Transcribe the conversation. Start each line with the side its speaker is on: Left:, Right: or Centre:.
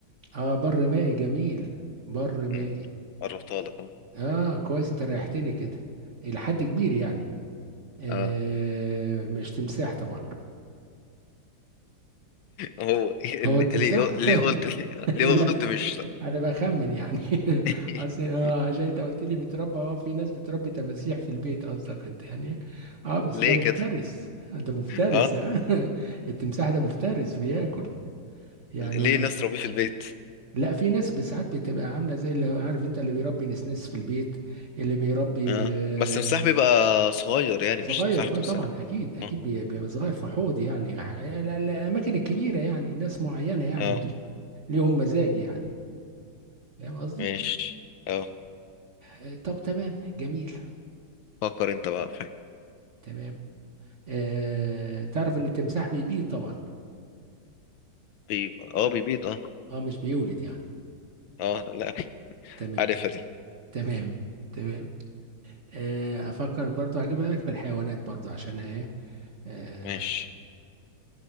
Right: اه بر مائي جميل بر مائي
Left: م. قربتها لك أهو.
Right: اه كويس انت ريحتني كده الى حد كبير يعني آه
Left: آه،
Right: مش تمساح طبعا
Left: هو ليه
Right: هو التمساح
Left: ليه ليه
Right: <laughs>
Left: قلت ليه, ليه
Right: لا
Left: قلت مش
Right: انا بخمن يعني <laughs>
Left: <laughs>
Right: اصل آه عشان انت قلت لي بيتربى اه في ناس بتربي تماسيح في البيت قصدك انت يعني اه بس
Left: ليه
Right: ده مفترس
Left: كده
Right: ده مفترس
Left: اه
Right: <laughs> آه. التمساح ده مفترس بياكل يعني
Left: ليه ناس تربيه في البيت
Right: لا في ناس بساعات بتبقى عامله زي اللي هو- عارف انت اللي بيربي نسنس في البيت اللي بيربي
Left: اه
Right: آه،
Left: بس مساح بيبقى صغير يعني
Right: صغير
Left: مش مساحة تمساح
Right: اه طبعا اكيد اكيد
Left: اه
Right: بي- بيبقى صغير في حوض يعني ح- ال- الاماكن الكبيره يعني ناس معينه يعني
Left: اه
Right: مش ليهم مزاج يعني فاهم قصدي
Left: ماشي اه
Right: آه، طب تمام جميل
Left: فكر انت بقى فاهم
Right: تمام آه تعرف ان التمساح بيبيض طبعا
Left: بي... اه بيبيض اه
Right: اه مش بيولد يعني
Left: اه لا
Right: تمام
Left: عارفها دي
Right: تمام تمام آه افكر برضو هجيب لك في الحيوانات برضو عشان ايه آه
Left: ماشي